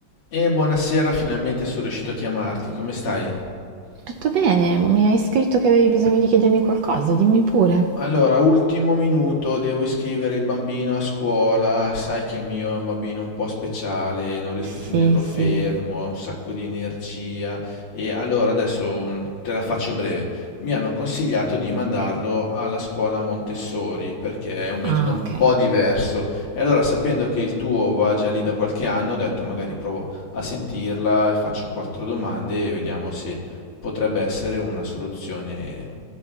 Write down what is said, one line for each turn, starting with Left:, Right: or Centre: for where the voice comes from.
Left: E buonasera, finalmente sono riuscito a chiamarti. Come stai?
Right: Tutto bene, mi hai scritto che avevi bisogno di chiedermi qualcosa, dimmi pure.
Left: Allora, ultimo minuto, devo iscrivere il bambino a scuola. Sai che il mio è un bambino un po' speciale, non riesco a tenerlo
Right: Sì,
Left: fermo,
Right: sì.
Left: ha un sacco di energia. E allora adesso mm, te la faccio breve. Mi hanno consigliato di mandarlo alla scuola Montessori perché è un metodo
Right: Ah,
Left: un
Right: ok.
Left: po' diverso. E allora, sapendo che il tuo va già lì da qualche anno, ho detto magari provo a sentirla, faccio quattro domande e vediamo se potrebbe essere una soluzione